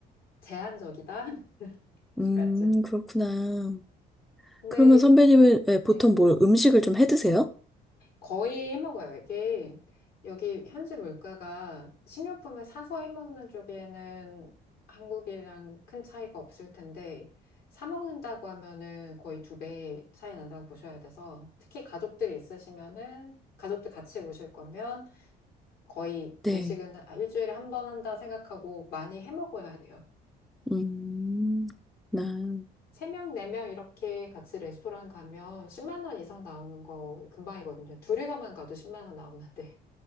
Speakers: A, on the left; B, in the centre.
A: 제한적이다? <laughs>
B: 음,
A: 하셔야죠.
B: 그렇구나.
A: 근데
B: 그러면 선배님은 예, 보통
A: 네.
B: 뭘 음식을 좀 해 드세요?
A: 거의 해먹어요. 이게 여기 현지 물가가 식료품을 사서 해먹는 쪽에는 한국이랑 큰 차이가 없을 텐데 사 먹는다고 하면은 거의 두 배 차이 난다고 보셔야 돼서 특히 가족들이 있으시면은 가족들 같이 오실 거면 거의
B: 네.
A: 외식은 아, 일주일에 한 번 한다 생각하고 많이 해먹어야 돼요.
B: 음, 나.
A: 세 명, 네 명 이렇게 같이 레스토랑 가면 10만 원 이상 나오는 거 금방이거든요. 둘이서만 가도 10만 원 나오는데.